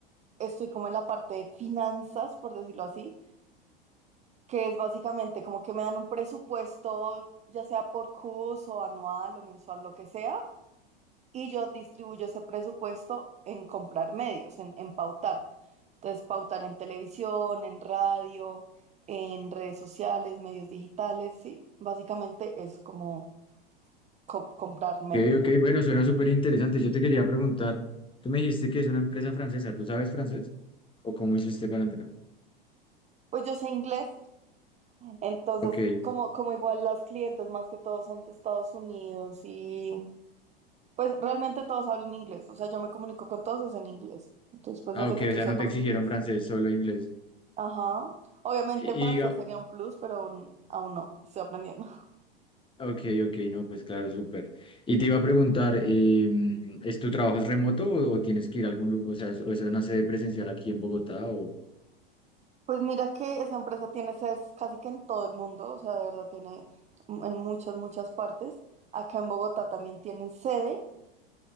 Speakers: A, on the right; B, on the left.
A: estoy como en la parte de finanzas, por decirlo así, que es básicamente como que me dan un presupuesto, ya sea por curso, anual o mensual, lo que sea y yo distribuyo ese presupuesto en comprar medios, en, en pautar. Entonces, pautar en televisión, en radio, en redes sociales, medios digitales, sí. Básicamente es como co- comprar medios.
B: Ok, ok, bueno, suena súper interesante. Yo te quería preguntar, tú me dijiste que es una empresa francesa, ¿tú sabes francés? ¿O cómo hiciste para entrar?
A: Pues yo sé inglés, entonces
B: Ok.
A: como, como igual las clientes más que todo son de Estados Unidos y pues realmente todos hablan inglés, o sea, yo me comunico con todos es en inglés. Entonces, pues
B: Ah,
A: hace
B: ok,
A: que tú
B: o sea,
A: sepas
B: no te exigieron
A: inglés.
B: francés, solo inglés.
A: Ajá. Obviamente
B: Y,
A: francés
B: y diga-
A: sería un plus, pero aún aún no, estoy aprendiendo.
B: ok, ok, no, pues claro, súper. Y te iba a preguntar, eh, ¿es tu trabajo es remoto o, o tienes que ir a algún lugar? O sea, es- o es una sede presencial aquí en Bogotá o,
A: Pues mira que esa empresa tiene sedes casi que en todo el mundo, o sea, de verdad tiene en muchas, muchas partes. Acá en Bogotá también tienen sede